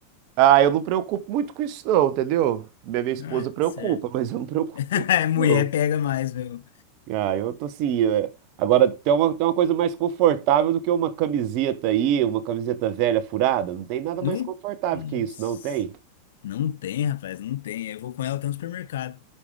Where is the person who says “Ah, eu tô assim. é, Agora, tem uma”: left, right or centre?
Right